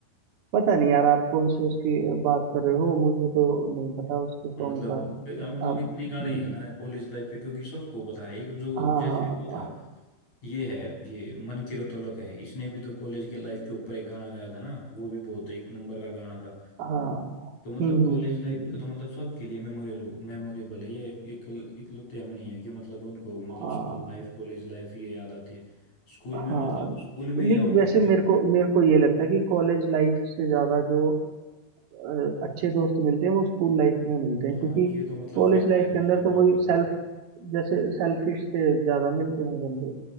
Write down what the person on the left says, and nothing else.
मतलब
मतलब
इतने
गाने हैं ना कॉलेज लाइफ पे क्योंकि सबको पता है एक जो
जैसे वो
था ये है ये मन की रतौलक है इसने भी तो कॉलेज के लाइफ के ऊपर एक गाना गाया था ना वो भी बहुत एक नंबर का गाना था
तो मतलब
कॉलेज
लाइफ का तो मतलब सबके लिए मेमोरेबल मेमोरेबल है ये एक, एक इकलौते हम नहीं है कि मतलब उनको मतलब
स्कूल लाइफ कॉलेज लाइफ ये याद आती है स्कूल
में मतलब स्कूल में यह
होता
है कि
हम-
हाँ
ये तो मतलब
फैक्ट
है मतलब
बिल्कुल